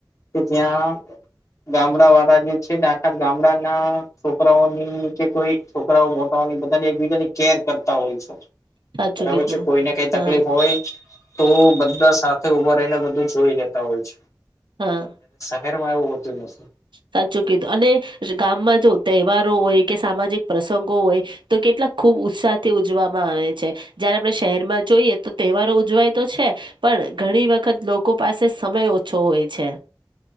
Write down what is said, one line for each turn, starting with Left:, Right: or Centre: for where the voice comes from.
Left: કે ત્યાં ગામડા વાળા જે છે ને આખ ગામડા છોકરાઓની કે કોઈ છોકરાઓ મોટાની બધાને એકબીજાની કેર કરતા હોય છે
Right: સાચું
Left: બરાબર
Right: કીધું.
Left: છે કોઈને કઈ
Right: હા,
Left: તકલીફ હોય તો બધા સાથે ઉભા રહીને બધું જોઈ લેતા હોય છે
Right: હા
Left: હેરમાં એવું હોતું નથી
Right: સાચું કીધું અને ગામમાં જો તહેવારો હોય કે સામાજિક પ્રસંગો હોય તો કેટલાક ખુબ ઉત્સાહથી ઉજવામાં આવે છે જયારે આપણે શહેરમાં જોઈએ તો તહેવારો ઉજવાય તો છે પણ ઘણી વખત લોકો પાસે સમય ઓછો હોય છે